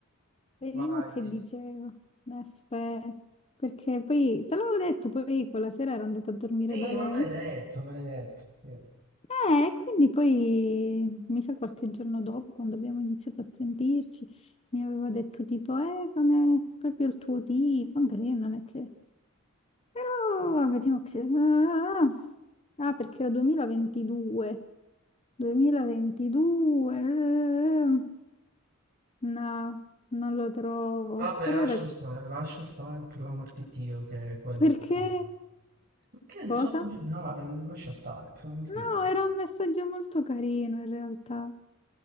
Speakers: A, on the left; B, on the right.
A: Vediamo
B: Vai.
A: che diceva. Aspetta, perché poi te l'avevo detto, poi quella sera ero andata a dormire
B: Sì,
A: da lei.
B: ma me l'hai detto, me l'hai detto. Sì.
A: Eh, e quindi poi, mi sa qualche giorno dopo, quando abbiamo iniziato a sentirci, mi aveva detto tipo, eh, come proprio il tuo tipo, anche se io non è che... Però vediamo che... Ah, ah, ah, perché era 2022. 2022. eh, eh, eh. No, non lo trovo.
B: Vabbè,
A: Però
B: lascia
A: era...
B: stare, lascia stare, per l'amor di Dio, che quello
A: Perché?
B: ci manca. Ma Che ne
A: Cosa?
B: so, in generale, lascia stare, per l'amor di
A: No,
B: Dio.
A: era un messaggio molto carino in realtà.